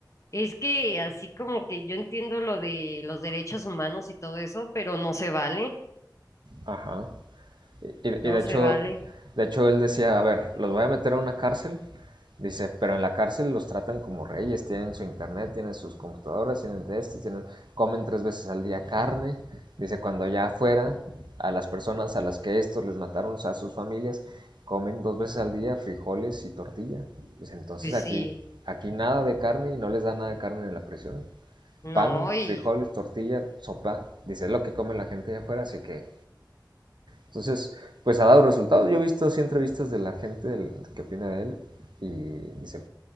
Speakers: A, on the left (about 40°); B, on the right (about 80°).
A: Es que así como que yo entiendo lo de los derechos humanos y todo eso, pero no se vale,
B: Ajá. Y,
A: no
B: y de hecho,
A: se vale.
B: de hecho él decía, a ver, los voy a meter a una cárcel. Dice, pero en la cárcel los tratan como reyes, tienen su internet, tienen sus computadoras, tienen de esto, tienen, comen tres veces al día carne. Dice, cuando allá afuera, a las personas a las que estos les mataron a sus familias, comen dos veces al día frijoles y tortilla. Dice, entonces
A: Pues
B: aquí,
A: sí,
B: aquí nada de carne y no les da nada de carne en la prisión.
A: no,
B: Pan,
A: y
B: frijoles, tortilla, sopa, dice, es lo que come la gente allá afuera, así que entonces, pues ha dado resultados. Yo he visto sí entrevistas de la gente del, que opina de él y dice,